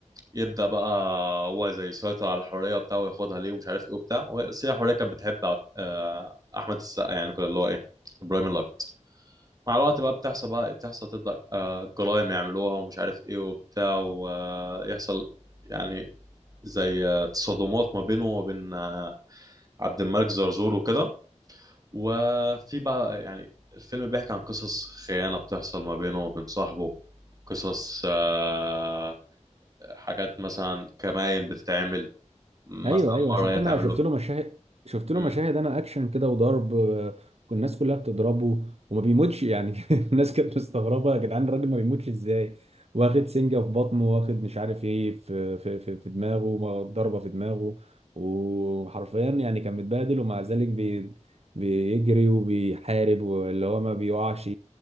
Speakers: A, on the right (about 30°); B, on the right (about 55°).
A: يبدأ بقى هو زي يسيطر على حورية وبتاع وياخدها ليه ومش عارف ايه وبتاع وهي حورية كانت بتحب عب- آه احمد السقا يعني كده اللي هو ايه ابراهيم الابيض مع الوقت بقى بتحصل بقى بتحصل تبدأ آه جرايم يعملوها ومش عارف ايه وبتاع ويحصل يعني زي آه، تصادمات ما بينه وبين آه، عبد الملك زرزور وكده وفي بقى يعني الفيلم بيحكي عن قصص خيانة بتحصل ما بينه وبين صاحبه قصص آه، حاجات مثلا كمائن بتتعمل مثلا
B: ايوه ايوه شفت
A: مرة هي
B: انا
A: تعمل
B: شفت
A: له
B: له مشاهد شفت له
A: مم،
B: مشاهد انا اكشن كده وضرب آه، والناس كلها بتضربه وما بيموتش يعني <laughs> الناس كانت مستغربه يا جدعان الراجل ما بيموتش ازاي واخد سنجه في بطنه واخد مش عارف ايه في في في, في دماغه م- ضربه في دماغه وحرفيا يعني كان متبهدل ومع ذلك بي بيجري وبيحارب واللي هو ما بيقعش